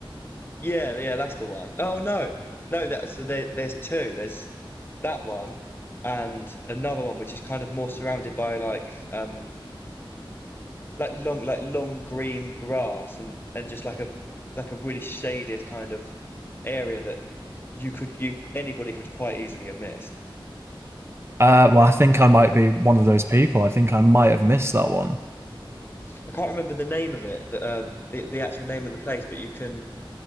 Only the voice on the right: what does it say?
Uh, well, I think I might be one of those people. I think I might have missed that one.